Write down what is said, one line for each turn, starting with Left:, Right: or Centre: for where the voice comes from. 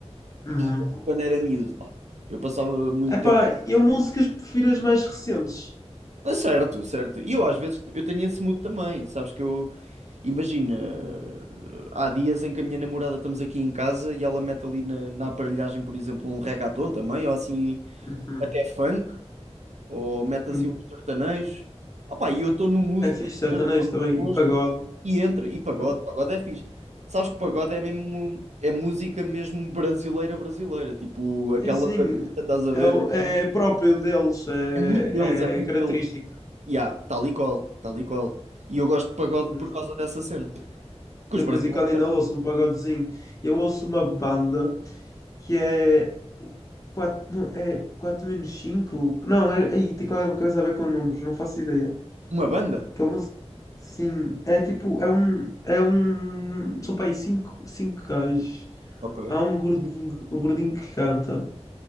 Left: Uhum.
Right: E quando era miúdo, pá, eu passava muito
Left: Epá,
Right: tempo.
Left: eu músicas prefiro as mais recentes.
Right: Ah, Certo, certo. E eu às vezes eu tenho esse mood também, sabes que eu imagina, há dias em que a minha namorada estamos aqui em casa e ela mete ali na, na aparelhagem, por exemplo, um reggaeton também, ou assim
Left: Uhum.
Right: até funk, ou mete
Left: Hum.
Right: assim um sertanejo. Opá, e eu estou no mood,
Left: É
Right: estás
Left: fixe sertanejo
Right: a ver? Estou no
Left: também,
Right: posto,
Left: e pagode.
Right: e entra, e pagode,
Left: Então,
Right: pagode é fixe. Sabes que pagode é mesmo, é música mesmo brasileira brasileira, tipo aquela
Left: e assim,
Right: batida, estás a ver?
Left: é, o-
Right: É,
Left: é
Right: mesmo-
Left: próprio deles, é,
Right: é muito deles, é muito
Left: é característico.
Right: deles. Yeah, tal e qual, tal e qual. E eu gosto de pagode
Left: Eu de
Right: por
Left: vez
Right: causa
Left: em
Right: dessa cena. Porque
Left: eu
Right: os brasileiros
Left: de vez em quando ainda
Right: também.
Left: ouço um pagodezinho. Eu ouço uma banda. que é 4 não, é 4 menos cinco Não, é, aí tem qualquer coisa a ver com números, não faço ideia.
Right: Uma banda?
Left: Que é uma, sim, é tipo, é um, é um, são para aí 5 5 gajos.
Right: Ok,
Left: Há um gordinho, um gordinho que canta.